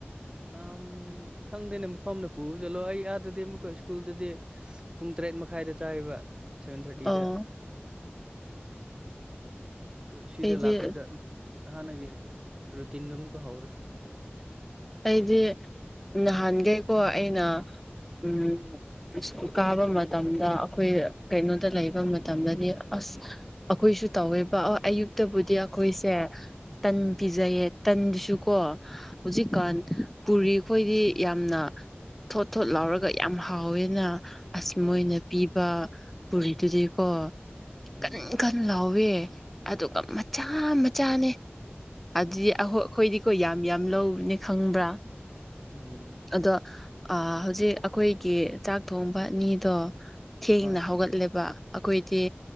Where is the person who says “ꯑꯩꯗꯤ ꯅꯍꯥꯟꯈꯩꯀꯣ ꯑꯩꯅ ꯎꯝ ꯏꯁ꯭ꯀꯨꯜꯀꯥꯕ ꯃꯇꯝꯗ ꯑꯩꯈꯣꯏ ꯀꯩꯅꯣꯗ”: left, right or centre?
Centre